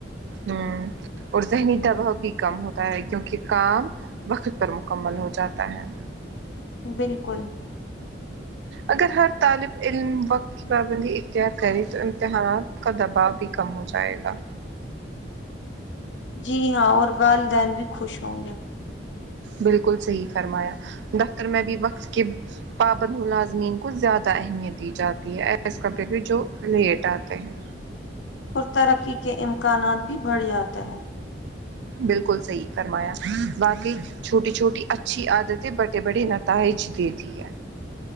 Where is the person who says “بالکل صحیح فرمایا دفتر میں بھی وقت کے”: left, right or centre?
Right